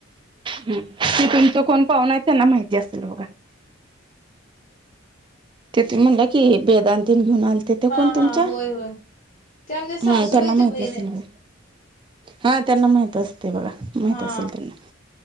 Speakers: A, on the right; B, on the left.
A: ह ते तुमच कोण पाहून आहेत त्यांना माहिती असेल बघा. तिथ म्हटलं कि बेदांतीन घेऊन आलेते ते
B: हा
A: कोण तुमच्या
B: हा होय होय ते आमच्या सासूबाईचे
A: हा त्यांना माहित
B: बहीण
A: असेल
B: आहेत
A: बघा हा त्यांना माहित असते बघा. माहित
B: हा.
A: असेल त्यांना